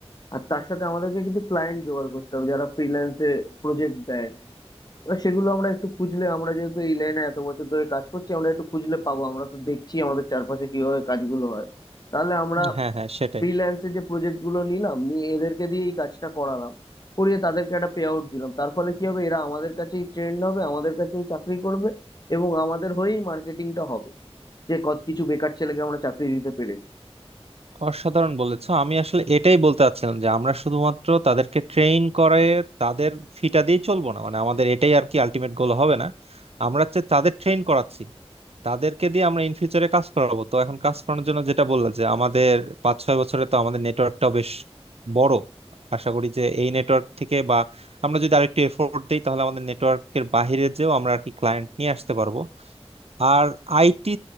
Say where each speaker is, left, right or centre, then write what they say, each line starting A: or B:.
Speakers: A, on the left (about 40°); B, on the right (about 65°).
A: আর তার সাথে আমাদেরকে কিছু ক্লায়েন্ট জোগাড় করতে হবে যারা ফ্রিল্যান্সে প্রজেক্ট দেয় এবার সেগুলো আমরা একটু খুঁজলে আমরা যেহেতু এই লাইনে এত বছর ধরে কাজ করছি আমরা একটু খুঁজলে পাবো আমরা তো দেখছি আমাদের চারপাশে কিভাবে কাজগুলো হয় তাহলে আমরা
B: হ্যাঁ হ্যাঁ সেটাই
A: ফ্রিল্যান্সে যে প্রজেক্ট গুলো নিলাম নিয়ে এদেরকে দিয়ে এই কাজটা করালাম করিয়ে তাদেরকে একটা পে আউট দিলাম তার ফলে কি হবে এরা আমাদের কাছেই ট্রেন্ড হবে আমাদের কাছেই চাকরি করবে এবং আমাদের হয়েই মার্কেটিংটা হবে যে কত কিছু বেকার ছেলেকে আমরা চাকরি দিতে পেরেছি
B: অসাধারণ বলেছো আমি আসলে এটাই বলতে চাচ্ছিলাম যে আমরা শুধুমাত্র তাদেরকে ট্রেন করে তাদের ফিটা দিয়ে চলবো না মানে আমাদের এটাই আর কি আলটিমেট গোল হবে না আমরা হচ্ছে তাদের ট্রেন করাচ্ছি তাদেরকে দিয়ে আমরা ইন ফিউচারে কাজ করাবো তো এখন কাজ করানোর জন্য যেটা বললাম যে আমাদের পাঁচ ছয় বছরে তো আমাদের নেটওয়ার্কটাও বেশ বড় আশা করি যে এই নেটওয়ার্ক থেকে বা আমরা যদি আরেকটু এফোর্ট দিই তাহলে আমাদের নেটওয়ার্কের বাইরে যেও আমরা আর কি ক্লায়েন্ট নিয়ে আসতে পারবো আর আইটি